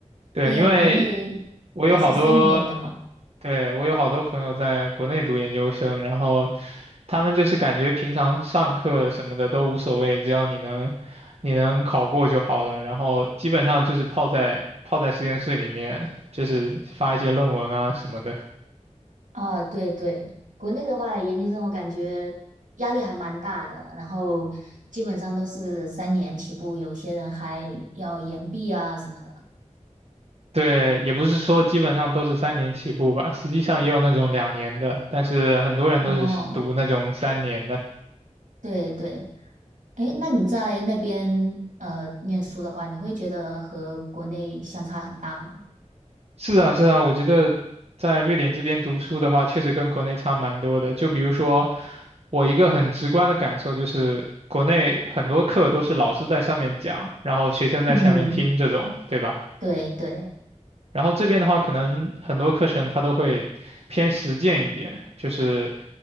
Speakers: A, on the right; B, on the right.
A: 对，
B: 而且国内还是三年的嘛，
A: 因为我有好多，对，我有好多朋友在国内读研究生，然后他们就是感觉平常上课什么的都无所谓，只要你能你能考过就好了，然后基本上就是泡在泡在实验室里面，就是发一些论文啊什么的。
B: 啊，对对，国内的话，研究生我感觉压力还蛮大的，然后基本上都是三年起步，有些人还要延毕啊什么的。
A: 对，也不是说基本上都是三年起步吧，实际上也有那种两年的，但是很多人都是读那种三年的。
B: 哦，对对。诶，那你在那边呃念书的话，你会觉得和国内相差很大吗？
A: 是啊，是啊，我觉得在瑞典这边读书的话，确实跟国内差蛮多的。就比如说，我一个很直观的感受就是，国内很多课都是老师在上面讲，然后学生在下面听这种，
B: 嗯，
A: 对吧？
B: 对对，
A: 然后这边的话，可能很多课程它都会偏实践一点，就是